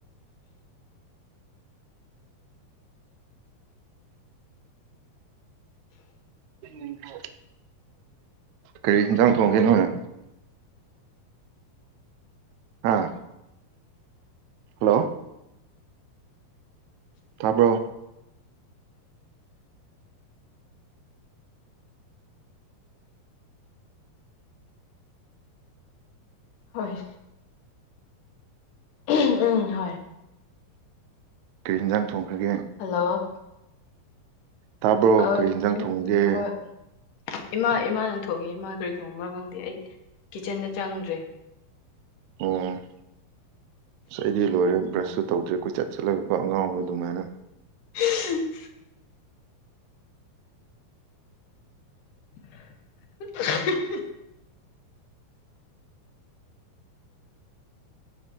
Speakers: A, on the right; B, on the left.
A: ꯎꯝ ꯍ ꯀꯔꯤ ꯍꯤꯟꯖꯥꯡ ꯊꯣꯡꯒꯦ ꯅ‌ꯣꯏ ꯍꯥ ꯍꯜꯂꯣ ꯇꯥꯕ꯭ꯔꯣ
B: ꯍꯣꯏ ꯎꯝ ꯍꯣꯏ
A: ꯀꯩꯔꯤ ꯌꯦꯟꯖꯥꯡ ꯊꯣꯡꯈ꯭ꯔꯒꯦ
B: ꯍꯜꯂꯣ
A: ꯇꯥꯕ꯭ꯔꯣ
B: ꯑ
A: ꯀꯔꯤ ꯍꯤꯟꯖꯥꯡ ꯊꯣꯡꯉꯒꯦ
B: ꯍꯣꯏ ꯏꯃꯥ ꯏꯃꯥꯅ ꯊꯣꯡꯉꯦ ꯏꯃꯥ ꯀꯔꯤ ꯊꯣꯡꯕ꯭ꯔꯥ ꯈꯪꯗꯦ ꯑꯩ ꯀꯤꯠꯆꯟꯗ ꯆꯪꯗ꯭ꯔꯦ
A: ꯑꯣ ꯑꯩꯗꯤ ꯂꯣꯏꯔꯦ ꯕ꯭ꯔꯁꯁꯨꯨ ꯇꯧꯗ꯭ꯔꯦ ꯀꯣꯏꯆꯠ ꯆꯠꯂꯒꯀꯣ ꯑꯉꯥꯎꯕ ꯑꯗꯨꯃꯥꯏꯅ
B: <unintelligible> <unintelligible>